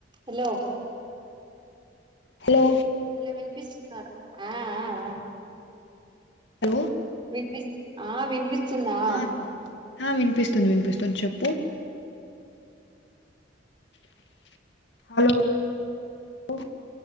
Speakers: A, on the right; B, on the left.
A: హలో
B: హాలో
A: ఇలా వినిపిస్తున్నారా ఆ ఆ ఆ
B: హాలో
A: వినిపిస్త్ ఆ వినిపిస్త్ తిన్నా
B: ఆ ఆ వినిపిస్తుంది వినిపిస్తుంది చెప్పు హాలో పో